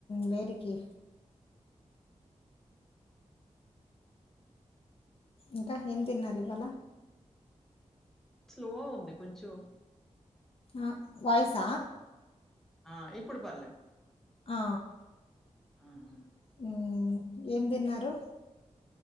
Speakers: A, on the left; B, in the centre.
A: వేడికి ఇంక ఏం తిన్నారు ఇవాళ
B: స్లో ఉంది కొంచెం
A: ఆ వాయిస్స
B: ఆ ఇప్పుడు పర్లేదు
A: ఆ
B: ఆహా
A: ఉహ్ ఏం తిన్నారు